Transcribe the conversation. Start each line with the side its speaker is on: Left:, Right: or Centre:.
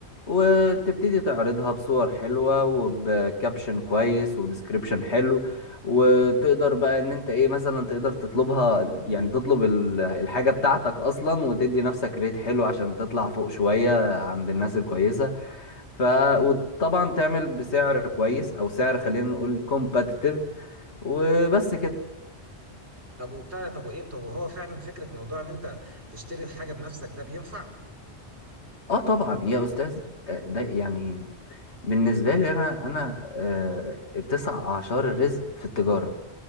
Left: وتبتدي تعرضها بصور حلوة وبكابشن كويس وديسكريبشن حلو وتقدر بقى ان انت ايه مثلا تقدر تطلبها يعني تطلب ال- الحاجة بتاعتك اصلا وتدي نفسك ريت حلو عشان تطلع فوق شوية عند الناس الكويسة ف وطبعا تعمل بسعر كويس او سعر خلينا نقول كومباتيتيف وبس كده
Right: طب وبتاع طب وايه طب وهو فعلا فكرة موضوع ان انت تشتري الحاجة بنفسك ده بينفع
Left: اه طبعا يا استاذ آه، ده يعني بالنسبه لي انا انا آه، تسع اعشار الرزق في التجاره